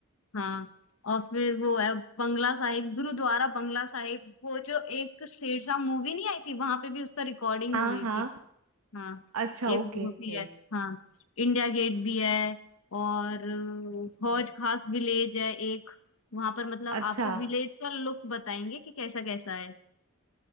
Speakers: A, on the left; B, on the right.
A: हाँ और फिर वो है बंगला साहिब गुरुद्वारा बंगला साहिब वो जो एक शेरशाह मूवी नहीं आई थी वहां पे भी उसका रिकॉर्डिंग
B: हाँ
A: हुई
B: हाँ
A: थी हाँ
B: अच्छा
A: एक
B: ओके
A: वो
B: ओके
A: भी है हाँ इंडिया गेट भी है और अ,
B: ओके
A: हौज खास विलेज है एक वहां पर मतलब
B: अच्छा
A: आपको विलेज का लुक बताएंगे कि कैसा कैसा है